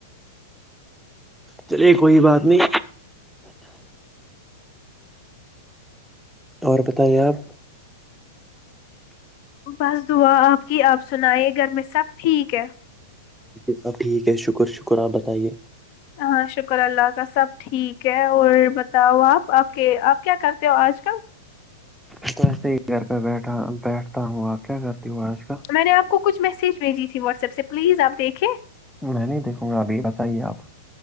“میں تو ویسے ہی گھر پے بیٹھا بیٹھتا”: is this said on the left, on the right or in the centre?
Centre